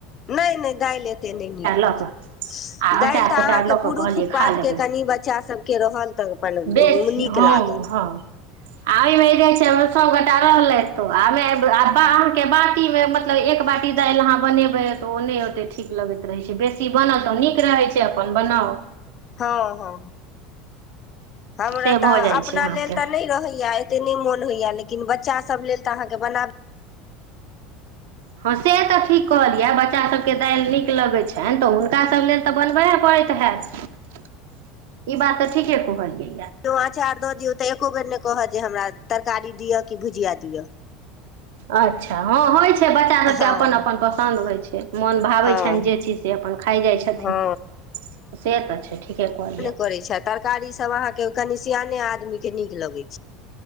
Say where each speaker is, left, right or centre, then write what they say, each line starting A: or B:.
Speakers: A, on the left; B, on the right.
A: नहि नहि दालि एतेक नहि नीक होइत
B: लऽ कऽ
A: छै
B: आ
A: दालि
B: अँचार
A: तऽ
B: तँचार
A: अहाँके
B: लऽ कऽ
A: पुरुष
B: कहलियै खा
A: पातके
B: लेबै
A: कनि बच्चा सभके रहल तऽ अपन
B: बेसी
A: नीक
B: हँ
A: लागल
B: हँ आ भ छै सबगोटा आर हो तऽ आमे आ बाहर के बटी मे म मतलब एक बाटी दालि अहाँ बनेबै तऽ ओ नहि ओतेक ठीक लगैत रहैत छै बेसी बनत तऽ नीक रहैत छै अपन बनाउ
A: हँ हँ हमरा
B: से भऽ
A: तऽ
B: जाइ
A: अपना
B: छै अहाँके
A: लेल तऽ नहि रहैया एतेक नहि मोन होइया लेकिन लेकिन बच्चासभ लेल तऽ अहाँके बनाबै
B: हँ से तऽ ठीक कहऽ लियअ बच्चासभके दालि नीक लगै छनि तऽ हुनकासभ लेल तऽ बनबयए पड़ैत हैत ई बात ठीके कुहलै
A: जँ अँचार दऽ दियौ तऽ एको बेर नहि कहत जे हमरा तरकारी दिअ कि भुजिया दिअ
B: अच्छा हँ होइ छै छै बच्चा सबके
A: हँ
B: अपन अपन पसन्द होइ छै मोन भाबै
A: हँ
B: छनि जे चीज से अपन खाइ जाइ छथिन
A: हँ
B: से तऽ छै ठीके कऽ लिऽ
A: करै छै तरकारी सब के कनी सियाने आदमी के नीक लगे